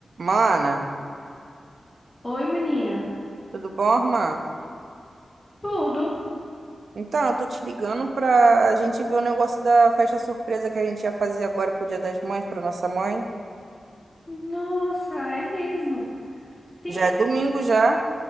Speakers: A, on the right; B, on the left.
A: Mana,
B: Oi, maninha.
A: tudo bom, irmã?
B: Tudo?
A: Então, eu tô te ligando pra gente ver o negócio da festa surpresa que a gente ia fazer agora pro Dia das Mães, pra nossa mãe.
B: Nossa, é mesmo. Sim?
A: Já é domingo já.